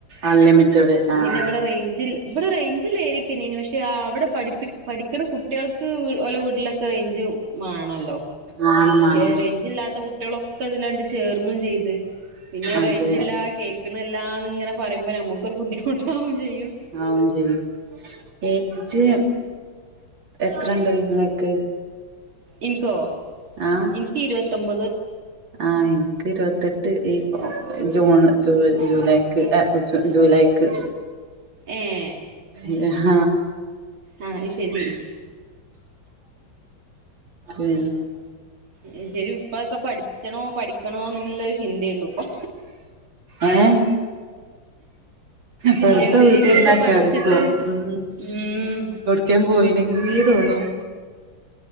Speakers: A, on the right (about 65°); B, on the right (about 80°).
A: അൺലിമിറ്റഡ് ആഹ്
B: പിന്നെ ഇവിടെ റേഞ്ചിൽ ഇവിടെ റേഞ്ചില്ലായിരിക്കുനിന് പക്ഷെ അവിടെ പഠി പഠിക്കുന്ന കുട്ടികൾക്ക് ഓലെ വീട്ടിലൊക്കെ റേഞ്ചും വേണല്ലോ പക്ഷെ
A: വേണം വേണം
B: റെഞ്ച് ഇല്ലാത്ത കുട്ടികളൊക്കെ അതില്ലാണ്ട് ചേർന്നും ചെയ്ത് പിന്നെ
A: അതെ
B: റേഞ്ചില്ലാ കേക്കണില്ലാന്ന് ഇങ്ങനെ പറയുമ്പോ നമുക്കൊരു ബുദ്ധിമുട്ടാവും ചെയ്യും
A: ആവും ചെയ്യും ഏജ് എത്രണ്ട് നിങ്ങക്ക്
B: ഇനിക്കോ
A: ആഹ്
B: ഇനിക്ക് ഇരുപത്തൊമ്പത്
A: ആഹ് എനിക്ക് ഇരുപത്തെട്ട് ഈ ജൂൺ ജ ജൂലൈ ജൂലൈക്ക്
B: ഏഹ്
A: <unintelligible> ഹാ
B: ആഹ് അത് ശരി
A: ഉം
B: ഏഹ് ശെരിം ഇപ്പ ഒക്ക പഠിച്ചണോ പഠിക്കണോന്നുള്ള ചിന്തേ ഉള്ളു ഇപ്പൊ
A: ഏഹ് വെറുതെ
B: എന്തെങ്കിലുമൊക്കെ
A: വീട്ടിരുന്നാ
B: പഠിച്ചിട്ട്
A: ചടക്കും ഉം
B: ഉം
A: എവ്ട്ക്കേം പോയിണെങ്കീ തോന്നും